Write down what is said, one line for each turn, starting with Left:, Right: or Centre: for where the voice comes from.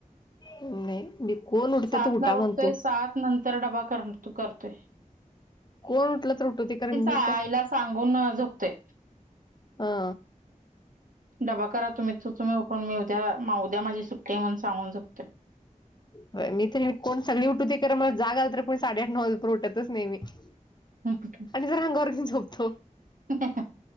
Left: नाही मी कोण उठते
Right: सात
Left: तर उठा
Right: ला
Left: म्हणतो.
Right: उठतोय सात नंतर तर डबा कर त करतेय.
Left: कोण उठला तर उठुदे खर मी
Right: आईला
Left: काय
Right: सांगून अ, झोपतोय.
Left: अ
Right: डबा करा तुम्ही तुम्ही उठून मी उद्या उद्या माझी सुट्टी म्हण सांगून झोपते.
Left: होय मी तर कोण सगळी उठूदे खर मला जाग आल तरी कोण साडेआठ नऊ वाजे परेंत उठतच नाही मी <unintelligible> <unintelligible>
Right: <unintelligible>
Left: जादर अंगावर घेऊन झोपतो.
Right: ह <unintelligible>